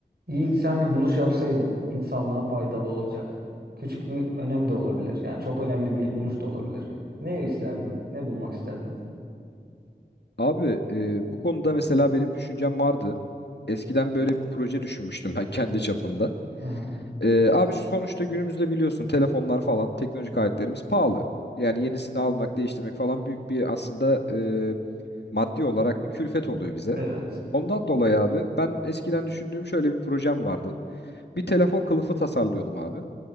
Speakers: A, on the right; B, on the left.
A: İyi, sen bir buluş yapsaydın insanlığa faydalı olacak. Küçük bir önem de olabilir. Yani çok önemli bir buluş da olabilir. Ne isterdin? Ne bulmak isterdin?
B: Abi e, bu konuda mesela benim düşüncem vardı. Eskiden böyle bir proje düşünmüştüm ben <laughs> kendi çapımda.
A: Hı hı.
B: E, abi şu sonuçta günümüzde biliyorsun telefonlar falan teknolojik aletlerimiz pahalı. Yani yenisini almak, değiştirmek falan büyük bir aslında e, maddi olarak bir külfet oluyor bize.
A: Evet.
B: Ondan dolayı abi ben eskiden düşündüğüm şöyle bir projem vardı. Bir telefon kılıfı tasarlıyordum abi.